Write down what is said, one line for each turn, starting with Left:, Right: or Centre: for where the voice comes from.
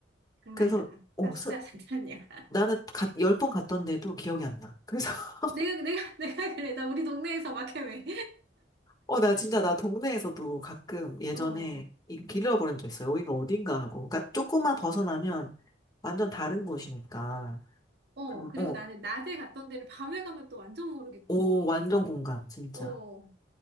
Right: 장난
Left: 그래서,
Right: 아니야, 나.
Left: 오,
Right: 나 진짜
Left: 스-
Right: <laughs> 장난 아니야.
Left: 나는 열 번 갔던데도 기억이 안 나. 그래서, <laughs>
Right: 내가, 내가, 내가 그래. 나 우리 동네에서 막 헤매.
Left: 어, 나 진짜 나 동네에서도 가끔 예전에
Right: 어.
Left: 이- 길 잃어버린 적 있어. 요 여기가 어딘가 하고. 그러니까 조금만 벗어나면 완전 다른 곳이니까.
Right: 어. 그리고
Left: 어,
Right: 나는 낮에 갔던 데를 밤에 가면 또 완전 모르겠고,
Left: 오, 완전 공감, 진짜.
Right: 어.